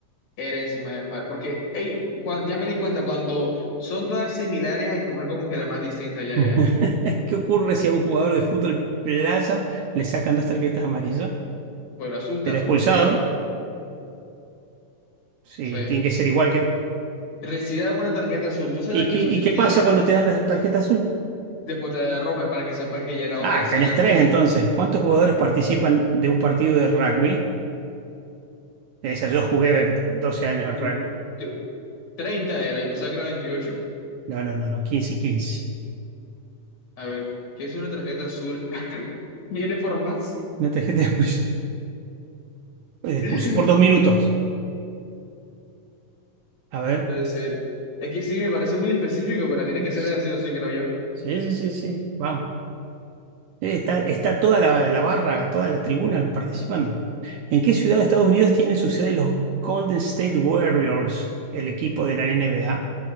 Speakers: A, on the left; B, on the right.
A: Era encima del par. Porque, hey, cuan- ya me di cuenta, cuando son todas similares hay que coger como que la más distinta, ya,
B: <laughs>
A: ya.
B: ¿Qué ocurre si a un jugador de fútbol plaza le sacan dos tarjetas amarillas?
A: Pues lo asustan,
B: Será
A: supongo
B: expulsado.
A: yo.
B: Sí,
A: Sí.
B: tiene que ser igual que... el-
A: Recibía una tarjeta azul. ¿Tú sabes
B: ¿Y
A: que
B: qué,
A: eso
B: y
A: existía?
B: qué pasa cuando te dan la tarjeta azul?
A: Después te da roja para que sepas que ya era
B: Ah,
A: otra si
B: tenés
A: era roja.
B: tres entonces. ¿Cuántos jugadores participan de un partido de rugby? Esa, yo jugué 12 años
A: Tr-
B: al rugby.
A: tr- 30 era, yo pensaba que era veintiocho
B: No, no, no, no, 15 y 15.
A: A ver, ¿qué es una tarjeta azul? <laughs> Viene por más.
B: Una tarjeta de expulsión, de expulsión
A: <laughs>
B: por dos minutos. A ver.
A: Puede ser. Es que sí, me parece muy específico, pero tiene que
B: Sí,
A: ser así o sí, creo yo.
B: sí, sí, sí, sí. Vamos. Eh, Está,
A: Mm,
B: está toda la, la barra, toda la tribuna participando. ¿En qué ciudad de Estados Unidos tienen su sede los Golden State Warriors, el equipo de la NBA?